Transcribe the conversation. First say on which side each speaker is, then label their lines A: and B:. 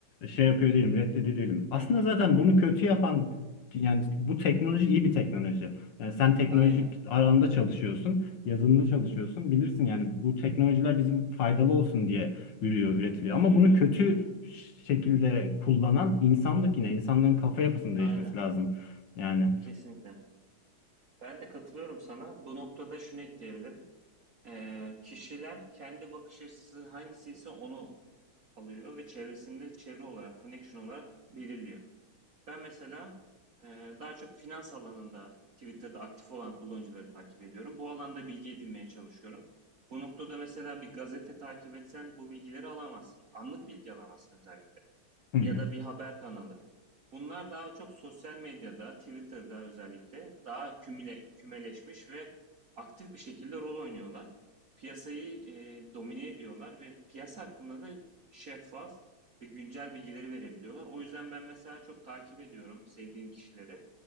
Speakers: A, on the left; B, on the right.
A: şey yapıyor değilim, reddediyor değilim. Aslında
B: hı hı,
A: zaten
B: hı hı.
A: bunu kötü yapan yani bu teknoloji iyi bir teknoloji. Yani sen teknolojik
B: Aynen.
A: alanda çalışıyorsun, yazılımda çalışıyorsun. Bilirsin yani bu teknolojiler bizim faydalı olsun diye ürüyor, üretiliyor. Ama
B: Hı
A: bunu
B: hı,
A: kötü
B: hı hı.
A: şekilde kullanan insanlık yine. insanların kafa yapısının değişmesi
B: Aynen.
A: lazım. Yani.
B: Kesinlikle. Ben de katılıyorum sana. Bu noktada şunu ekleyebilirim. Ee, kişiler kendi bakış açısı hangisi ise onu alıyor ve çevresinde çevre olarak, connection olarak belirliyor. Ben mesela e, daha çok finans alanında Twitter'da aktif olan kullanıcıları takip ediyorum. Bu alanda bilgi edinmeye çalışıyorum. Bu noktada mesela bir gazete takip etsen bu bilgileri alamazsın. Anlık bilgi alamazsın özellikle
A: Hı
B: ya da bir haber kanalı. Bunlar daha çok sosyal medyada, Twitter'da özellikle daha kümüle, kümeleşmiş ve aktif bir şekilde rol oynuyorlar. Piyasayı e, domine ediyorlar ve piyasa hakkında da şeffaf ve güncel bilgileri verebiliyorlar. O yüzden ben mesela çok takip ediyorum sevdiğim kişileri.